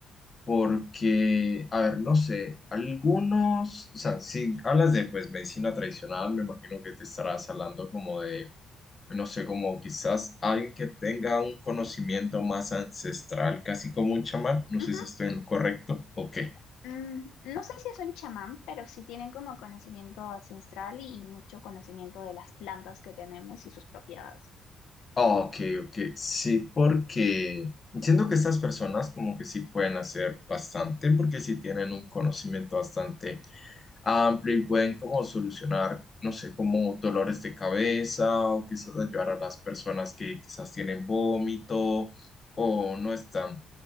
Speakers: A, on the left; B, on the left.
A: Porque, a ver, no sé, algunos, o sea, si hablas de pues medicina tradicional, me imagino que te estarás hablando como de no sé, como quizás alguien que tenga un conocimiento más ancestral, casi como un chamán. No
B: Ujú.
A: sé si estoy en lo correcto. Ok.
B: Mm, no sé si es un chamán, pero sí tienen como conocimiento ancestral y mucho conocimiento de las plantas que tenemos y sus propiedades.
A: Ok, ok. Sí, porque siento que estas personas como que sí pueden hacer bastante, porque sí tienen un conocimiento bastante amplio y pueden como solucionar, no sé, como dolores de cabeza o quizás ayudar a las personas que quizás tienen vómito o no están.